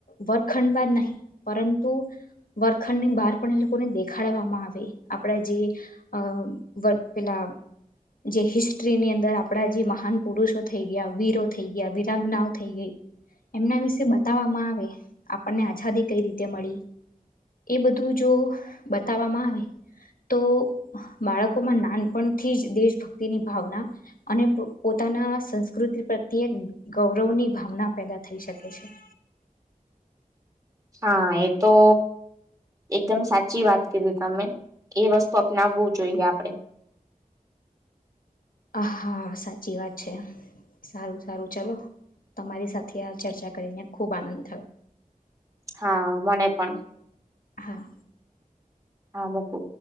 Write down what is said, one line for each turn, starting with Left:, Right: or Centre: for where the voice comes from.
Left: વર્ગખંડમાં જ નહી પરંતુ વર્ગખંડ ની બહાર પણ એ લોકોને દેખાડવામાં આવે આપણા જે અ વ પેલા જે હિસ્ટ્રીની અંદર આપડા જે મહાન પુરુષો થઈ ગયા, વીરો થઈ ગયા, વીરાંગનાઓ થઈ ગઈ એમના વિશે બતાવવામાં આવે આપણને આઝાદી કઈ રીતે મળી એ બધું જો બતાવવામાં આવે તો બાળકોમાં નાનપણથી જ દેશભક્તિની ભાવના અને પોતાના સંસ્કૃતિ પ્રત્યે ગૌરવની ભાવના પેદા થઈ શકે છે.
Right: હા એ તો એકદમ સાચી વાત કીધી તમે એ વસ્તુ અપનાવવું જોઈએ આપડે.
Left: આ હા સાચી વાત છે સારું સારું ચલો. તમારી સાથે આ ચર્ચા કરીને ખૂબ આનંદ થયો.
Right: હા મને પણ
Left: હા
Right: હા મૂકુ